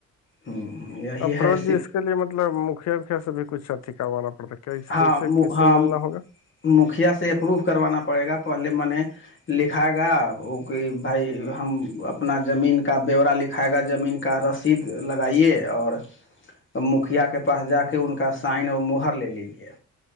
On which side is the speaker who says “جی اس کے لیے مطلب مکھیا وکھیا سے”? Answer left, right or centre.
Left